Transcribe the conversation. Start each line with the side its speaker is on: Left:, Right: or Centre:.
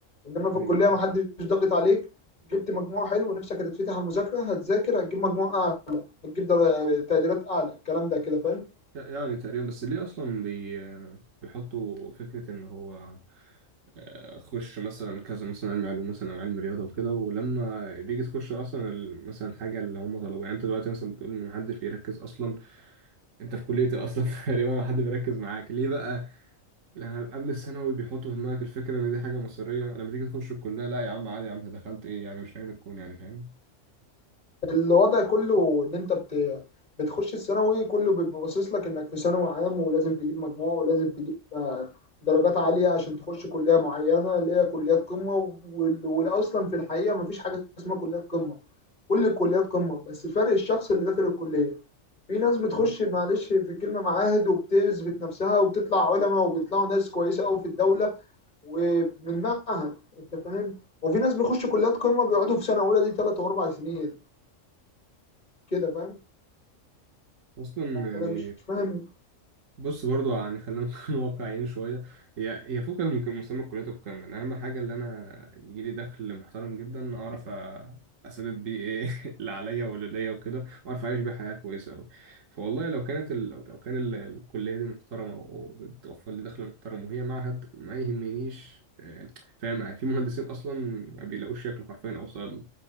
Left: انما في
Right: ايوه
Left: الكليه ما حدش ضاغط عليك جبت مجموع حلو ونفسك هتتفتح على المذاكره هتذاكر هتجيب مجموع اعلى هتجيب در- تقديرات اعلى الكلام ده كده فاهم
Right: يعني تقريبا بس ليه اصلا بي... بيحطوا فكره ان هو آه، خش مثلا كذا مثلا علم علوم مثلا او علم رياضه وكده ولما بيجي تخش اصلا ال- مثلا حاجه اللي هم طلبوها يعني انت دلوقتي مثلا بتقول ان محدش بيركز اصلا انت في كليه إيه اصلا <laughs> تقريبا ما حد بيركز معاك ليه بقى لان قبل الثانوي بيحطوا في دماغك الفكره ان دي حاجه مصيريه لما تيجي تخش الكليه لا يا عم عادي يا عم انت دخلت ايه يعني مش نهايه الكون يعني فاهم
Left: الوضع كله ان انت بت... بتخش الثانوي كله بيبقى باصص لك انك في ثانوي عام ولازم تجيب مجموع ولازم تجيب آه، درجات عاليه عشان تخش كليه معينه اللي هي كليات قمه وال- والاصلا في الحقيقه ما فيش حاجه اسمها كليات قمه كل الكليات قمه بس فرق الشخص اللي داخل الكليه في ناس بتخش
Right: ب-
Left: معلش في الكلمة معاهد وبتثبت نفسها وبتطلع علماء وبيطلعوا ناس كويسة قوي في الدولة ومن معهد انت فاهم وفي ناس بيخشوا كليات قمة بيقعدوا في سنة أولى دي ثلاث وأربع سنين كده فاهم
Right: اصلا يعني
Left: أنا مش فاهم
Right: بص برضو يعني خلينا نكون <laughs> واقعيين شوية هي هي فكرة يمكن مسمى الكلية والكلام ده أنا أهم حاجة اللي أنا يجيلي دخل محترم جدا أعرف أ- أسدد بيه إيه <laughs> اللي عليا واللي ليا وكده وأعرف أعيش بيه حياة كويسة أوي فوالله لو كانت ال... لو كان ال... الكلية دي محترمة وبتوفر لي دخل محترم وهي معهد ما يهمنيش آه، فاهم يعني في مهندسين أصلا ما بيلاقوش شكل حرفيا أو صيادلة